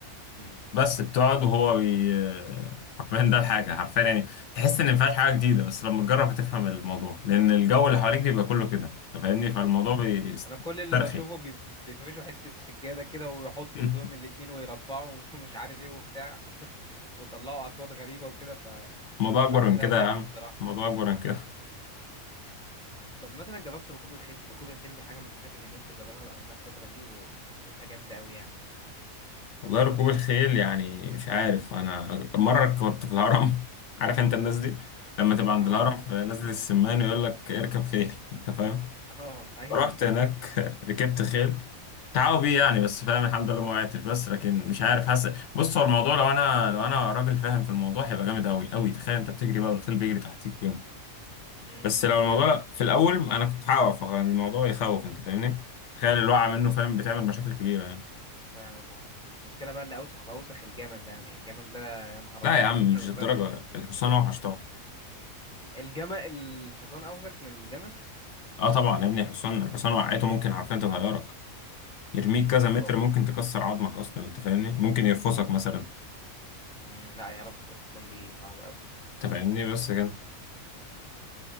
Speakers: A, in the centre; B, on the left (about 60°).
A: امم
B: بس بتقعد وهو بي حرفيا ده الحاجة حرفيا يعني تحس إن مفيهاش حاجة جديدة بس لما تجرب هتفهم الموضوع لأن الجو اللي
A: اه
B: حواليك بيبقى كله كده أنت فاهمني فالموضوع بيسترخي
A: انا كل اللي بشوفه بي- بيفرشوا حتة سجادة كده ويحطوا
B: <laughs>
A: ايدهم الاتنين ويربعوا <laughs> ومش عارف ايه وبتاع <laughs> ويطلعوا اصوات غريبة وكده فبحسها
B: الموضوع أكبر من كده
A: ضحك
B: يا عم
A: الصراحة
B: الموضوع أكبر من كده <laughs>
A: طب مثلا جربت ركوب الخيل ركوب الخيل دي حاجة من الحاجات اللي نفسي اجربها بأمانة الفترة دي وحاسسها جامدة قوي يعني
B: والله ركوب الخيل يعني مش عارف أنا مرة كنت في الهرم <laughs> عارف أنت الناس دي لما تبقى عند
A: اه
B: الهرم في نزلة السمان يقول لك اركب خيل أنت فاهم
A: <laughs> اه ايوه
B: رحت
A: <laughs>
B: هناك <laughs> ركبت خيل تعاوي بيه يعني بس فاهم الحمد لله ما وقعتش بس لكن مش عارف حاسس بص هو الموضوع لو انا لو انا راجل فاهم في الموضوع هيبقى جامد قوي قوي تخيل انت بتجري بقى والخيل بيجري تحتيك وين
A: امم
B: بس لو الموضوع
A: فعلا
B: لا، في الاول انا كنت هقع فالموضوع يخوف انت فاهمني تخيل
A: مم.
B: الوقعه منه فاهم بتعمل مشاكل كبيره يعني
A: فعلا اه المشكلة بقى اللي اوسخ واوسخ الجمل ده يعني الجمل ده يا نهار
B: لا
A: ابيض
B: يا عم مش
A: انا
B: الدرجه الحصان اوحش طبعا
A: الجمل الحصان أوسخ من الجمل
B: اه طبعا يا ابني الحصان الحصان وقعته ممكن حرفيا تغيرك يرميك
A: مم،
B: كذا
A: بجد
B: متر
A: والله
B: ممكن تكسر عظمك اصلا انت فاهمني ممكن يرفسك مثلا
A: مم، لا هي رفسة الحصان دي صعبة أوي
B: انت فاهمني بس كده
A: مم.